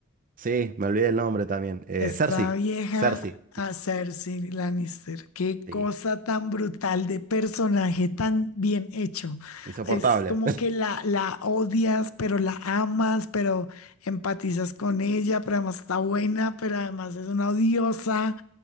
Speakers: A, on the right; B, on the left.
A: Sí, me olvidé el nombre también. Eh,
B: Esta
A: Cersei.
B: vieja
A: Cersei.
B: a Cersei Lannister. Qué
A: Sí.
B: cosa tan brutal de personaje, tan bien hecho.
A: Insoportable.
B: Es como
A: <laughs>
B: que la, la odias, pero la amas, pero empatizas con ella, pero además está buena, pero además es una odiosa.